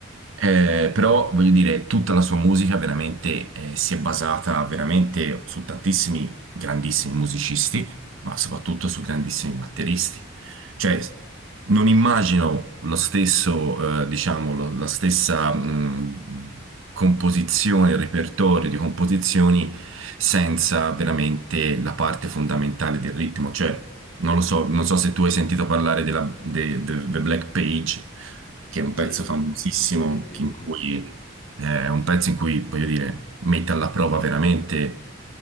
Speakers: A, on the right (about 75°); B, on the left (about 40°).
A: Eh, però voglio dire, tutta la sua musica veramente eh, si è basata veramente su tantissimi grandissimi musicisti, ma soprattutto su grandissimi batteristi. Cioè, non immagino lo stesso, eh, diciamo, lo- la stessa mh, composizione, il repertorio di composizioni senza veramente la parte fondamentale del ritmo. Cioè, non lo so, non so se tu hai sentito parlare della, de- del The Black Page che è un
B: sì,
A: pezzo famosissimo,
B: sì, sì,
A: che-
B: sì,
A: in cui,
B: sì,
A: eh, è un pezzo in cui, voglio dire, mette alla prova veramente